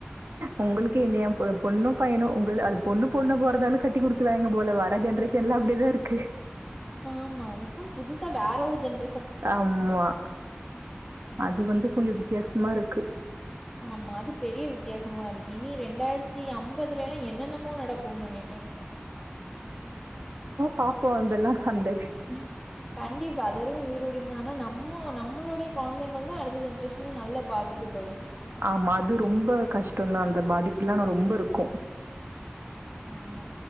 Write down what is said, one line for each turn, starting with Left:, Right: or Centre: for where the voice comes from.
Right: உங்ளுக்கு என்ன ஏ பொ பொண்ணோ பையனோ உங்களு அது பொண்ணு பொண்ணு பொறந்தாலு கட்டி குடுக் துவாய்ங்க போல வர ஜென்ரேஷன்லா அப்டிதா இருக்கு
Centre: ஆமா இப்போ புதுசா வேற ஒரு ஜென்
Right: ஆம்மா அது வந்து கொஞ்சோ வித்தியாசமாருக்கு
Centre: ஆமா அது பெரிய வித்யாசமாருக் இனி ரெண்டாயிரத்தி அம்பதுலலா என்னென்னமோ நடக்குன் நெனைக்கே
Right: பாப்போ அந்தல்லா <unintelligible>
Centre: உஹ கண்டிப்பா அதுவரயு உயிரோட இந்தானா நம்மோ நம்மளுடைய கொழந்தைங்கள் தா அடுத்த ஜென்ரேஷன்ல நல்ல பாதிக்கப்படு
Right: ஆமா அது ரொம்ப கஷ்டோந்தா அந்த பாதிப்புலா ஆனா ரொம்பருக்கு
Centre: ஆமா